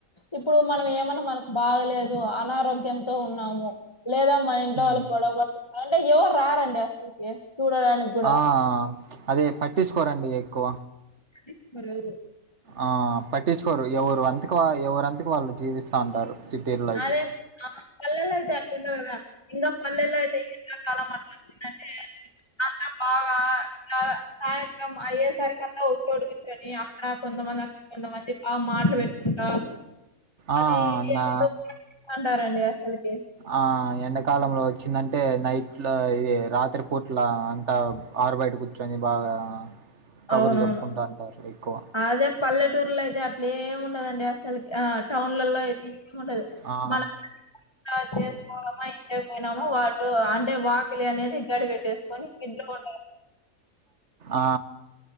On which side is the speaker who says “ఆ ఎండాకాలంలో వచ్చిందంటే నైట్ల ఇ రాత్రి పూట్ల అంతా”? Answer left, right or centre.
Right